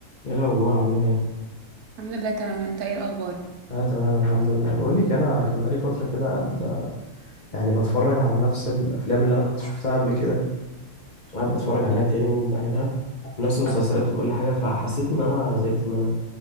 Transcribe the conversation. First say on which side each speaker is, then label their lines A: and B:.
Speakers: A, on the left; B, on the right.
A: ايه الاخبار عامله ايه
B: الحمد لله تمام انت ايه الاخبار
A: انا تمام الحمد لله بقول لك انا كان بقالي فتره كده قاعد يعني بتفرج على نفس الافلام اللي انا كنت شفتها قبل كده قاعد بتفرج عليها تاني وبعيدها ونفس المسلسلات وكل حاجه فحسيت ان انا زهقت منها